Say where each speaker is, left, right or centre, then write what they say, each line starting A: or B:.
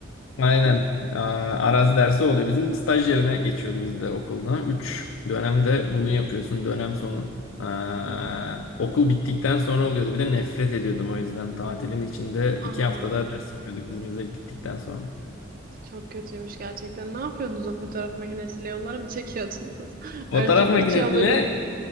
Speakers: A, on the left; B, on the right.
A: Aynen. Aa, arazi dersi oluyor. Bizim staj yerine geçiyordu bizde okulda. Üç dönemde bunu yapıyorsun dönem sonu. Aa,
B: Hmm.
A: okul bittikten sonra oluyordu. Bir de nefret ediyordum o yüzden. Tatilin içinde iki
B: Aa,
A: hafta daha ders yapıyorduk biz bize gittikten sonra.
B: çok kötüymüş gerçekten. Ne yapıyordunuz o fotoğraf makinesiyle yollara mı çekiyordunuz? <laughs>
A: Fotoğraf
B: Ölçüp
A: makinesiyle
B: biçiyor muydunuz?